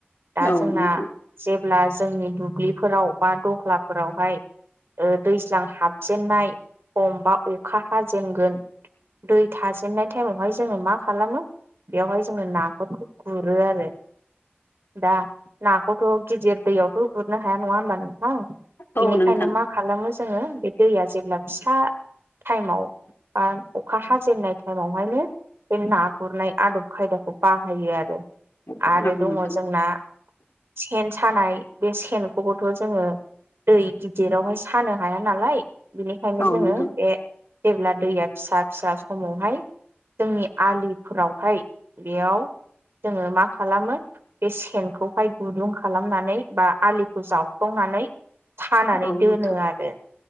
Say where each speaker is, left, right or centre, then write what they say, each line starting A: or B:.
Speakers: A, on the right; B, on the left.
A: दा
B: औ
A: जोंना
B: नोंथां
A: जे अब्ला जोंनि दुब्लिफोराव बा दह्लाफोरावहाय दैज्लां हाबजेननाय हमबा अखा हाजेनगोन दै थाजेननाय टाइमावहाय जोङो मा खालामो बेवहाय जोङो नाफोरखौ गुरो आरो दा नाखौथ' गिदिर दैयावथ' गुरनो हाया नङा होनबा नों थां औ
B: औ
A: बेनिखायनो
B: नोंथां
A: मा खालामो जोङो बे दैया जेब्ला फिसा टाइमाव बा अखा हाजेननाय टाइमावहायनो बे ना गुरनाय आदब खायदाखौ बाहायो आरो
B: औ
A: आरो
B: नोंथां
A: दङ जोंना सेन सानाय बे सेनखौबोथ' जोङो दै गिदिरावहाय सानो हाया नालाय बिनिखायनो
B: औ
A: जोङो
B: नोंथां
A: बे जेब्ला दैया फिसा फिसा समावहाय जोंनि आलिफोरावहाय बेयाव जोङो मा खालामो बे सेनखौहाय गुदुं खालामनानै बा आलिखौ जावख्फंनानै नानै सानानै
B: औ
A: दोनो
B: नोंथां
A: आरो